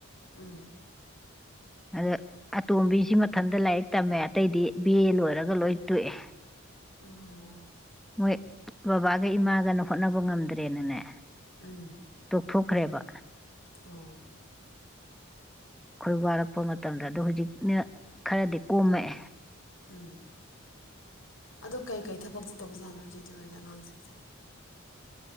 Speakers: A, on the left; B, in the centre.
A: ꯎꯝ
B: ꯑꯗ ꯑꯇꯣꯝꯕꯤꯁꯤ ꯃꯊꯟꯇ ꯂꯥꯏꯔꯤꯛ ꯇꯝꯃꯦ ꯑꯇꯩꯗꯤ ꯕꯤ ꯑꯦ ꯂꯣꯏꯔꯒ ꯂꯣꯏ ꯇꯣꯛꯑꯦ
A: ꯑꯣ
B: ꯃꯣꯏ ꯕꯕꯥꯒ ꯏꯃꯥꯒꯅ ꯍꯣꯠꯅꯕ ꯉꯝꯗ꯭ꯔꯦꯅꯅꯦ
A: ꯎꯝ
B: ꯇꯣꯛꯊꯣꯛꯈ꯭ꯔꯦꯕ
A: ꯑꯣ
B: ꯑꯩꯈꯣꯏ ꯋꯥꯔꯛꯄ ꯃꯇꯝꯗ ꯑꯗꯣ ꯍꯧꯖꯤꯛꯅ ꯈꯔꯗꯤ ꯀꯣꯝꯃꯛꯑꯦ
A: ꯎꯝ ꯑꯗꯣ ꯀꯩꯀꯩ ꯊꯕꯛꯁꯦ ꯇꯧꯖꯥꯠꯅꯣ ꯏꯆꯦ ꯑꯗꯨ ꯑꯣꯏꯔꯗꯤ ꯑꯉꯥꯡꯁꯤꯡꯁꯦ